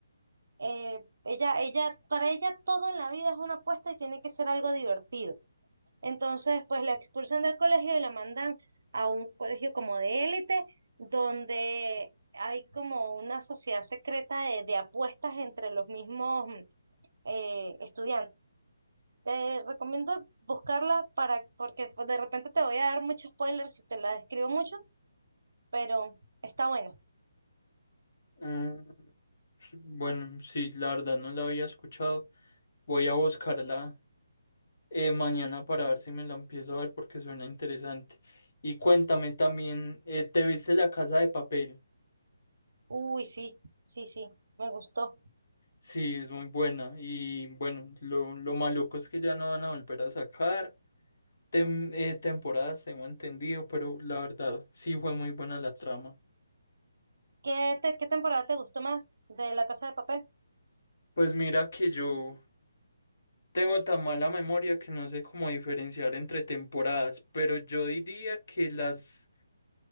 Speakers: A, on the right (about 65°); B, on the left (about 60°).
A: eh, ella, ella, para ella todo en la vida es una apuesta y tiene que ser algo divertido. Entonces, pues la expulsan del colegio y la mandan a un colegio como de élite, donde hay como una sociedad secreta de, de apuestas entre los mismos mm, eh, estudiantes. Te recomiendo buscarla para, porque pues, de repente te voy a dar muchos spoilers si te la describo mucho, pero está buena.
B: mm, s- bueno, sí, la verdad no la había escuchado. Voy a buscarla eh, mañana para ver si me la empiezo a ver porque suena interesante. Y cuéntame también, eh, ¿te viste La Casa de Papel?
A: Uy, sí, sí, sí, me gustó.
B: Sí, es muy buena. Y bueno, lo, lo maluco es que ya no van a volver a sacar. tem- eh, temporadas, tengo entendido, pero la verdad sí fue muy buena la trama.
A: ¿Qué, te- qué temporada te gustó más de La Casa de Papel?
B: Pues mira que yo tengo tan mala memoria que no sé cómo diferenciar entre temporadas, pero yo diría que las,